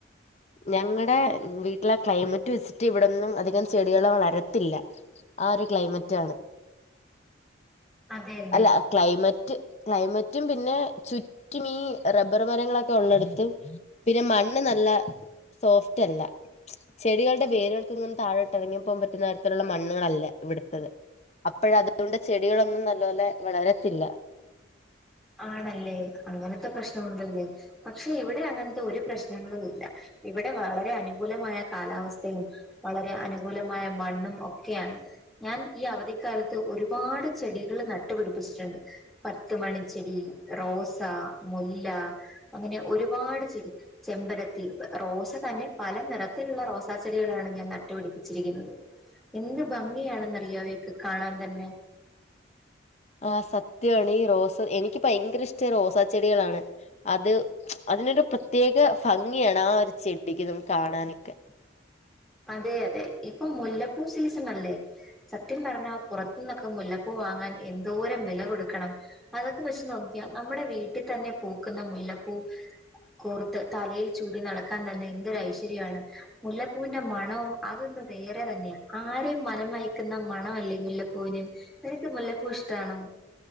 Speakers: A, on the left; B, in the centre.
A: ഞങ്ങടെ വീട്ടിലെ ക്ലൈമറ്റ് വെച്ചിട്ട് ഇവിടൊന്നും അധികം ചെടികള് വളരത്തില്ല ആ ഒരു ക്ലൈമറ്റാണ്
B: അതെയല്ലേ
A: അല്ല ക്ലൈമറ്റ് ക്ലൈമറ്റും പിന്നെ ചുറ്റും ഇ റബ്ബർ മരങ്ങളൊക്കെ ഉള്ളടുത്ത് പിന്നെ മണ്ണ് നല്ല സോഫ്റ്റ് അല്ല ചെടികളുടെ വേരുകൾക്ക് ഇങ്ങു താഴോട്ട് ഇറങ്ങി പോകാൻ പറ്റുന്ന തരത്തിലുള്ള മണ്ണുകളല്ല ഇവിടുത്തത് അപ്പോഴ അതുകൊണ്ട് ചെടികളൊന്നും നല്ലപോലെ വളരത്തില്ല
B: ആണല്ലേ അങ്ങനത്തെ പ്രശ്നംഉണ്ടല്ലേ പക്ഷെ ഇവിടെ അങ്ങനത്തെ ഒരു പ്രശ്നങ്ങളും ഇല്ല ഇവിടെ വളരെ അനുകൂലമായ കാലാവസ്ഥയും വളരെ അനുകൂലമായ മണ്ണും ഒക്കെയാണ് ഞാൻ ഈ അവധിക്കാലത്ത് ഒരുപാട് ചെടികൾ നട്ടുപിടിപ്പിച്ചിട്ടുണ്ട് പത്ത് മണി ചെടി റോസ മുല്ല അങ്ങനെ ഒരുപാട് ചെടി ചെമ്പരത്തി റോസ്തന്നെ പല നിറത്തിലുള്ള റോസാ ചെടികളാണ് ഞാൻ നട്ടുപിടിപ്പിച്ചിരിക്കുന്നത് എന്ത് ഭംഗിയാണെന്ന് അറിയാവൊക്കെ കാണാൻ തന്നെ
A: ആ സത്യമാണ് ഈ റോസ് എനിക്ക് ഭയങ്കര ഇഷ്ട റോസാ ചെടികളാണ് അത് അതിനൊരു പ്രത്യേക ഭംഗിയാണ് ആ ഒരു ചെടിക്ക് നമുക്ക് കാണാനൊക്കെ
B: അതെ അതെ ഇപ്പൊ മുല്ലപ്പൂ സീസൺ അല്ലേ സത്യം പറഞ്ഞാ പുറത്തു നിന്നൊക്കെ മുല്ലപ്പൂ വാങ്ങാൻ എന്തോരം വില കൊടുക്കണം അതൊക്കെ വച്ച് നോക്കിയ നമ്മുടെ വീട്ടിൽ തന്നെ പൂക്കുന്ന മുല്ലപ്പൂ കോർത്ത് തലയിൽ ചൂടി നടക്കാൻ തന്നെ എന്തൊരു ഐശ്വര്യമാണ് മുല്ല പൂവിന്റെ മണോ അതൊന്നന്ന് വേറെ തന്നെയ ആരെയും മനം മയക്കുന്ന മണ അല്ലേ മുല്ലപ്പൂവിന് നിനക്ക് മുല്ലപ്പൂ ഇഷ്ടാണോ